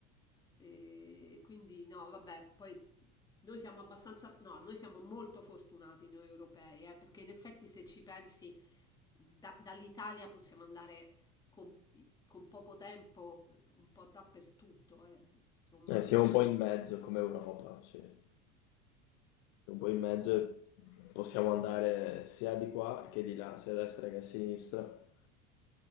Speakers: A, on the left; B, on the left.
A: E quindi no, vabbè, poi noi siamo abbastanza, no, noi siamo molto fortunati noi europei, eh, perché in effetti se ci pensi da- dall'Italia possiamo andare con, con poco tempo un po' dappertutto, eh, insomma.
B: siamo un po' in mezzo come Europa, sì. Siamo un po' in mezzo e possiamo andare sia di qua che di là, sia a destra che a sinistra.